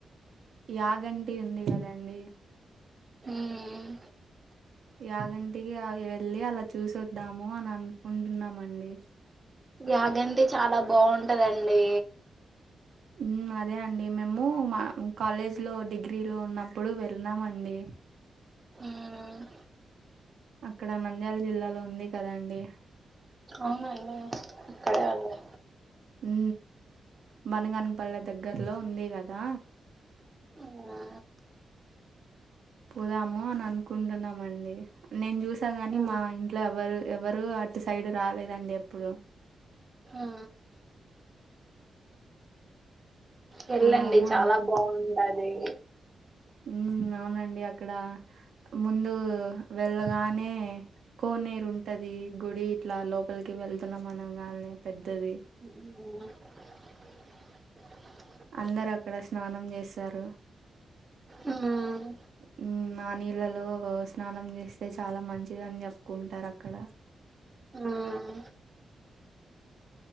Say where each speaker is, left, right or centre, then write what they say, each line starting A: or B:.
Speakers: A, on the right; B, on the right.
A: యాగంటి ఉంది కదండి
B: హామ్
A: యాగంటికి వెళ్ళి అలా చూసొద్దాము అని అనుకుంటున్నామండి
B: యాగంటి చాలా బాగుంటదండి
A: హు అదే అండి మేము మా కాలేజ్ లో డిగ్రీ లో ఉన్నప్పుడు వెళ్ళినామ్ అండి
B: ఉమ్
A: అక్కడ నంద్యాల జిల్లాలో ఉంది కదా అండి
B: అవునండి అక్కడే వుంది
A: హు బనగనిపల్లె దగ్గర్లో ఉంది కదా
B: అవునా
A: పోదాము అని అనుకుంటున్నామండి నేను చూసా కానీ
B: మ్మ్
A: మా ఇ ఇట్లా ఎవరు ఎవరు అటు సైడ్ రాలేదండి ఎప్పుడు
B: ఆ వెళ్ళండి
A: పోదాము
B: చాలా బాగుంటది
A: హు అవునండి అక్కడ ముందు వెళ్ళగానే కోనేరు ఉంటది గుడి ఇట్లా లోపలికి వెళ్తున్నాం అనం గానే పెద్దది
B: అవున
A: అందరు అక్కడ స్నానం చేస్తారు
B: మ్మ్
A: హు ఆ నీర్ ల్లలో స్నానం చేస్తే చాలా మంచిది అని చెప్పుకుంటారు అక్కడ
B: మ్మ్